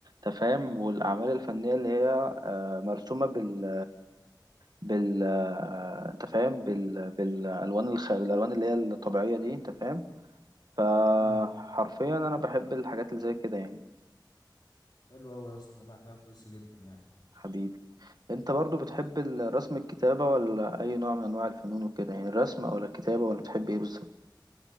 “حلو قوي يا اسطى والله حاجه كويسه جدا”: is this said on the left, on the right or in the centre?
Left